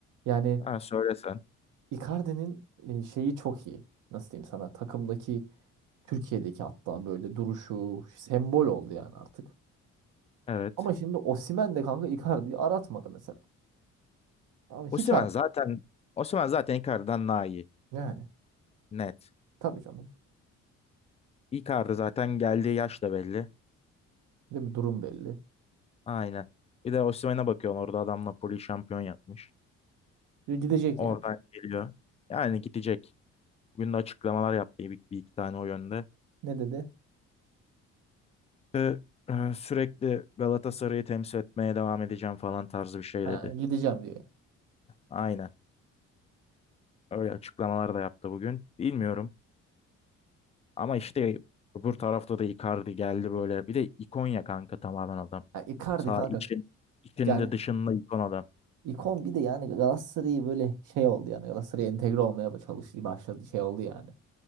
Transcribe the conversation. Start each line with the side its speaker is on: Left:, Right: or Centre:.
Right: Yani
Left: ha, söylesen.
Right: Icardi'nin e, şeyi çok iyi. Nasıl diyeyim sana? Takımdaki Türkiye'deki hatta böyle duruşu sembol oldu yani artık.
Left: Evet.
Right: Ama şimdi Osimhen de kanka Icardi'yi aratmadı mesela. Ama hiç
Left: Osimhen
Right: arat
Left: zaten Osimhen zaten Icardi'den daha iyi.
Right: yani.
Left: Net.
Right: Tabii canım.
Left: Icardi zaten geldiği yaş da belli.
Right: Değil mi? Durum belli.
Left: Aynen. Bir de Osimhen'e bakıyorsun orada adam Napoli şampiyon yapmış.
Right: Diyor, gidecek
Left: Oradan
Right: yani.
Left: geliyor. Yani gidecek. Bugün de açıklamalar yaptı bir, bir iki tane o yönde.
Right: Ne dedi?
Left: Ve, e, sürekli Galatasaray'ı temsil etmeye devam edeceğim falan tarzı bir şey
Right: Ha,
Left: dedi.
Right: gideceğim diyor.
Left: Aynen. Öyle açıklamalar da yaptı bugün. Bilmiyorum. Ama işte öbür tarafta da Icardi geldi böyle. Bir de ikon ya kanka tamamen adam.
Right: Ya Icardi
Left: Sağ
Right: kanka
Left: için, içinde
Right: yani
Left: dışında ikon adam.
Right: ikon bir de yani Galatasaray'ı böyle şey oldu yani Galatasaray'a entegre olmaya çalıştığı başladı şey oldu yani.